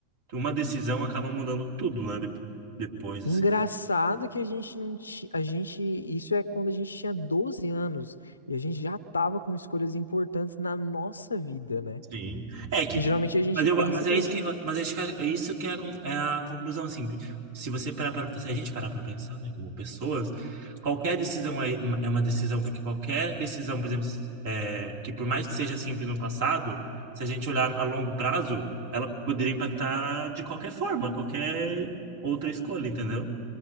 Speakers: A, on the right; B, on the left.
A: uma decisão acaba mudando tudo, né? de- Depois,
B: Engraçado
A: assim.
B: que a gente não ti- a gente isso é quando a gente tinha 12 anos e a gente já tava com escolhas importantes na nossa vida, né?
A: Sim. É que,
B: Que geralmente a gente
A: mas eu,
B: pensa
A: mas
B: que
A: é
B: a
A: isso
B: gente
A: que,
B: não
A: eu- mas acho que é isso que é a, con- é a conclusão, assim. Se você parar para, se a gente parar para pensar, né, como pessoas, qualquer decisão é uma, é uma decisão, porque qualquer decisão, por exemplo, é, que por mais que seja simples no passado, se a gente olhar a longo prazo, ela poderia impactar de qualquer forma, qualquer outra escolha, entendeu?